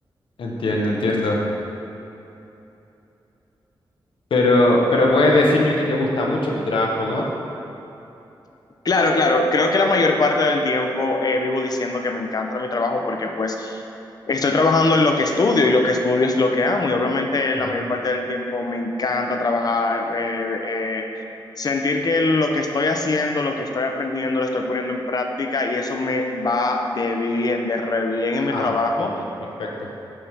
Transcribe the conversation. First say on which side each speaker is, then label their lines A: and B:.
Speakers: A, on the left; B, on the left.
A: entiendo, entiendo. Pero, pero puedes decirme que te gusta mucho tu trabajo, ¿no?
B: Claro, claro, creo que la mayor parte del tiempo eh, vivo diciendo que me encanta mi trabajo porque pues estoy trabajando en lo que estudio y lo que estudio es lo que amo y obviamente
A: Ujú.
B: la mayor parte del tiempo me encanta trabajar. eh, eh, sentir que lo que estoy haciendo, lo que estoy aprendiendo, lo estoy poniendo en práctica y eso me va de bien, de re bien en mi
A: Ah,
B: trabajo.
A: sí, perfecto.